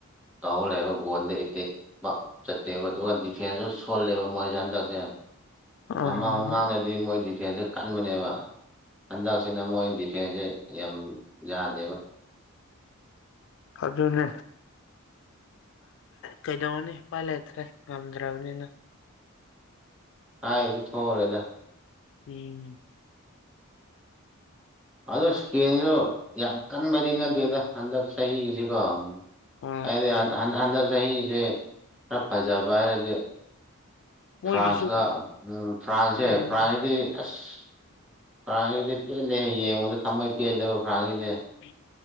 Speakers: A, in the centre; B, on the left (about 55°).
A: ꯇꯧ ꯂꯩꯕ ꯒꯣꯟꯗ ꯑꯦꯇꯦꯛ ꯃꯛ ꯆꯠꯇꯦꯕ ꯑꯗꯨꯒ ꯗꯤꯐꯦꯟꯁꯁꯨ ꯁꯣꯜꯂꯦꯕ ꯃꯣꯏꯁꯦ ꯍꯟꯗꯛꯁꯦ
B: ꯎꯝ
A: ꯃꯃꯥꯡ ꯃꯃꯥꯡꯗꯗꯤ ꯃꯣꯏ ꯗꯤꯇꯦꯜꯁꯦ ꯀꯟꯕꯅꯦꯕ ꯍꯟꯗꯛꯁꯤꯅ ꯃꯣꯏ ꯗꯤꯐꯦꯟꯁꯦ ꯌꯥꯝ ꯌꯥꯗꯦꯕ
B: ꯍꯧ ꯑꯗꯨꯅꯦ ꯀꯩꯗꯧꯅꯤ ꯏꯐꯥꯏ ꯂꯩꯇ꯭ꯔꯦ ꯉꯝꯗ꯭ꯔꯕꯅꯤꯅ
A: ꯍꯥꯏꯗꯤ ꯊꯣꯡꯎꯔꯦꯗ
B: ꯎꯝ
A: ꯑꯗꯨ ꯏꯁꯀꯦꯟꯁꯨ ꯌꯥꯝ ꯀꯟꯕꯗꯤ ꯅꯠꯇꯦꯗ ꯍꯟꯗꯛ ꯆꯍꯤꯒꯤꯁꯤꯀꯣ
B: ꯑ
A: ꯍꯥꯏꯗꯤ ꯍꯟꯗꯛ ꯆꯍꯤꯁꯦ ꯈꯔ ꯐꯖꯕ ꯍꯥꯏꯔꯗꯤ
B: ꯃꯣꯏꯒꯤꯁꯨ
A: ꯐ꯭ꯔꯥꯟꯁꯇ ꯎꯝ ꯐ꯭ꯔꯥꯟꯁꯁꯦ
B: ꯎꯝ
A: ꯐ꯭ꯔꯥꯟꯁꯀꯤꯗꯤ ꯑꯁ ꯐꯔꯥꯟꯁꯤꯗꯤ ꯄꯦꯜꯂꯦ ꯌꯦꯡꯉꯨꯗ ꯊꯝꯃꯣꯏ ꯄꯦꯜꯂꯦꯕ ꯐꯔꯥꯟꯁꯤꯗꯤ
B: ꯎ